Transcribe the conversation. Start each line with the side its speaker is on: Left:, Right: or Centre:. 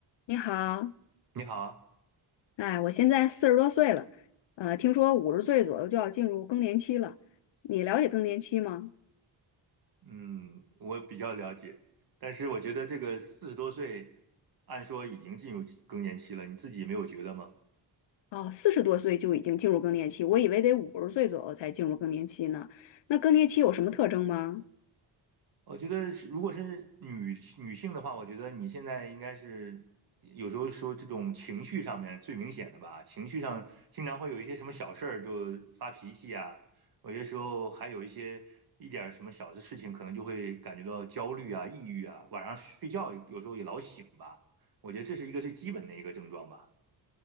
Left: 你好，
Right: 你好，
Left: 哎，我现在四十多岁了，呃，听说五十岁左右就要进入更年期了。你了解更年期吗？
Right: 嗯，我比较了解，但是我觉得这个四十多岁，按说已经进入更年期了，你自己没有觉得吗？
Left: 哦，四十多岁就已经进入更年期，我以为得五十岁左右才进入更年期呢。那更年期有什么特征吗？
Right: 我觉得是，如果是女女性的话，我觉得你现在应该是有时候说这种情绪上面最明显的吧，情绪上经常会有一些什么小事儿就发脾气啊，有些时候还有一些一点儿什么小的事情，可能就会感觉到焦虑啊、抑郁啊，晚上睡觉有时候也老醒吧，我觉得这是一个最基本的一个症状吧。